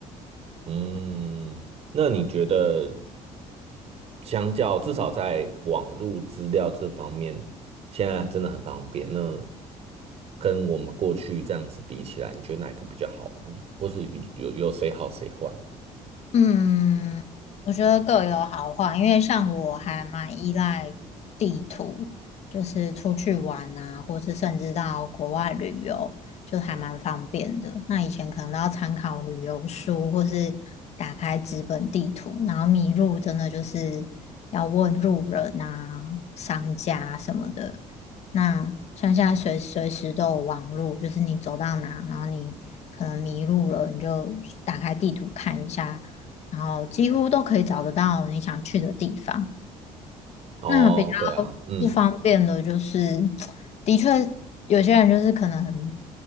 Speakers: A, on the right (about 50°); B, on the left (about 55°).
A: 嗯，那你觉得相较至少在网络资料这方面，现在真的很方便。那跟我们过去这样子比起来，你觉得哪一个比较好呢？或是有有有谁好谁坏？
B: 嗯，我觉得各有好坏，因为像我还蛮依赖地图，就是出去玩啊，或是甚至到国外旅游，就还蛮方便的。那以前可能都要参考旅游书，或是打开纸本地图，然后迷路真的就是要问路人啊、商家什么的。那像现在随随时都有网路，就是你走到哪，然后你可能迷路了，你就打开地图看一下。然后几乎都可以找得到你想去的地方。
A: 哦，
B: 那比较
A: 对啊，嗯
B: 不方便的就是，<tsk> 的确有些人就是可能，